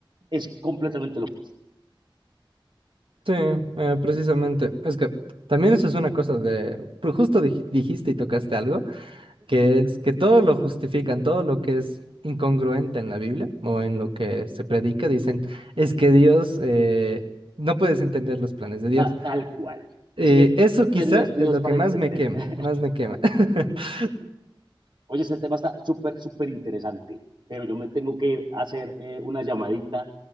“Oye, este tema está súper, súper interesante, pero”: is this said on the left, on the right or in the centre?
Right